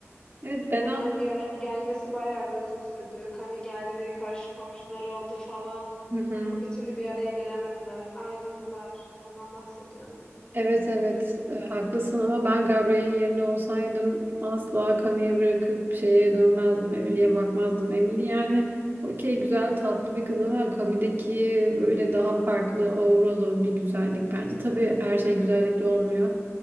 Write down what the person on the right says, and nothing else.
Evet ben
Hı hı.
Evet evet E, haklısın ama ben Gabriel'in yerinde olsaydım asla Camille'i bırakıp şeye dönmezdim. Emily'e bakmazdım. Emily yani okey güzel tatlı bir kız ama Camille'deki böyle daha farklı auralı bir güzellik bence. Tabii her şey güzellikle olmuyor.